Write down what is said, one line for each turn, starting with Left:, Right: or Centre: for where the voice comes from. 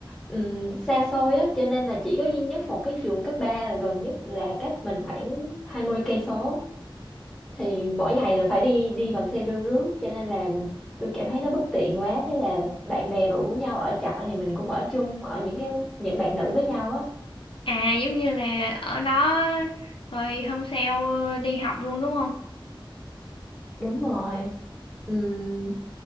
Centre: ừm, xa xôi á cho nên là chỉ có duy nhất một cái trường cấp 3 là gần nhất là cách mình khoảng hai mươi cây số thì mỗi ngày đều phải đi đi bằng xe đưa rước cho nên là tôi cảm thấy nó bất tiện quá thế là bạn bè rủ nhau ở trọ thì mình cũng ở chung ở những cái những bạn nữ với nhau á
Left: À giống như là ở đó rồi hôm sau đi học luôn đúng không?
Centre: đúng rồi Ừm,